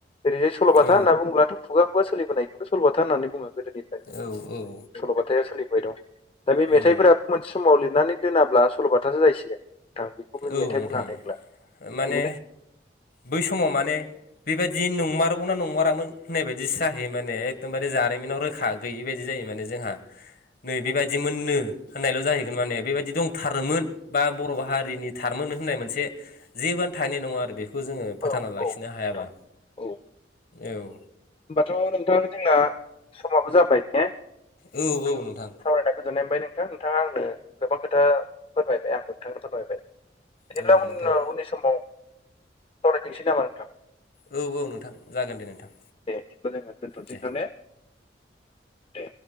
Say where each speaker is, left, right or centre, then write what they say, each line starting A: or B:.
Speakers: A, on the left (about 30°); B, on the left (about 50°).
A: ओरैाय सल'बाथा
B: औ
A: होनना बुङोब्लाथ' खुगा खगा सलिबोनायथ' सल'ब्था होननानै बुङो गोदोनि
B: औ औ
A: सल'बाथा सोलिबाय दं दा बे मेथाइफोरा
B: औ
A: मोनसे समाव लिरनानै दोनाब्ला सल'बाथासो जायसिगोन थां बेखौबो जों
B: औ
A: मेथाइ
B: नोंथां
A: बुं हानाय होनला नंगौले
B: माने बै समाव माने बेबायदि नंमारगौना नंमारामोन होननाय बायदिसो जाहैयो माने एखदमबारे जारिमिनाव रोखा गैयि बायदि जायो माने जोंहा
A: <inaudible>
B: नै बेबायदिमोननो होननायल' जाहैगोन माने बेबायदि दंथारोमोन बा बर' बाहारि हारिनि थारमोन होननाय मोनसे जेबोआनो थानायनाय नङा आरो बेखौ जोङो फोथांना
A: औ
B: लाखिनो
A: औ नोंथां
B: हायाबा
A: औ
B: औ
A: होमबाथ' नोंथां जोंना समाबो जाबाय ने आं
B: औ औ नोंथां
A: सावरायनाय गोजोननाय बाय नोंथां नोंथाङा आंनो गोबां खोथा फोरमायबाय आंबो नोंथांनो फोरमायबाय। बिदिब्ला
B: औ
A: उन
B: नोंथां
A: उननि समाव सावरायफोंसै नामा नोंथां।
B: औ औ नोंथां जागोन दे नोंथां।
A: दे बिदिबा जोंहा दोनथ'
B: दे
A: सै दां ने। दे